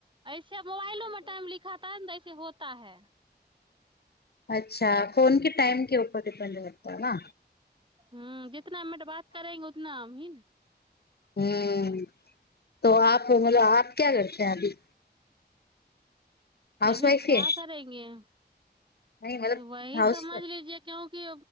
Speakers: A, on the right; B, on the left.
A: ऐसे मोबाइलो मे टाइम लिखा त ने से होता है
B: अच्छा फोन के टाइम के ऊपर डिपेंड रहता ने
A: ह जितना मिनट बात करेंगे उतना हम ही ने
B: ह तो आप मतलब आप क्या करते है अभी हाउस
A: अभी
B: वाइफ
A: क्या
B: ही है
A: करेंगे
B: नहीं मतलब
A: वही
B: हाउस
A: समझ लीजे क्योंकि